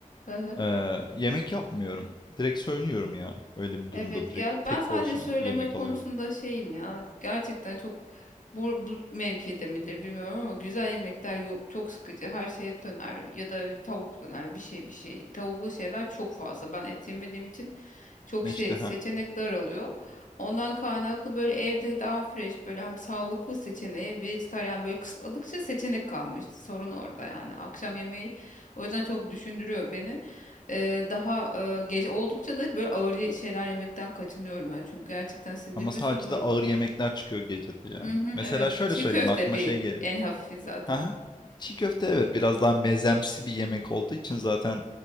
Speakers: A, on the left; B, on the left.
A: hı hı.
B: E, yemek yapmıyorum. Direkt söylüyorum ya. Öyle bir durumda
A: Evet
B: direkt
A: ya
B: tek
A: ben sadece
B: porsiyonluk
A: söyleme
B: bir yemek
A: konusunda
B: alıyorum.
A: şeyim ya gerçekten çok bu, bu mevkide midir bilmiyorum ama güzel yemekler yok çok sıkıcı her şey et döner ya da tavuk döner bir şey bir şey tavuklu şeyler çok fazla ben et yemediğim için çok
B: E,
A: şey
B: İşte ha
A: seçenek daralıyor. Ondan kaynaklı böyle evde daha fresh böyle hem sağlıklı seçeneği vejetaryen böyle kısıtladıkça seçenek kalmıştı. Sorun orada yani. Akşam yemeği o yüzden çok düşündürüyor beni. Ee, daha e, gece oldukça da böyle ağır ye- şeyler yemekten kaçınıyorum ben. Çünkü gerçekten sindirmesi
B: Ama sadece
A: zor
B: de
A: oluyor.
B: ağır yemekler çıkıyor gecede yani.
A: Hı hı,
B: Mesela
A: evet.
B: şöyle
A: Çiğ
B: söyleyeyim
A: köfte
B: aklıma
A: bir
B: şey geliyor.
A: en hafifi zaten.
B: Aha. Çiğ köfte evet biraz daha mezemsi bir yemek olduğu için zaten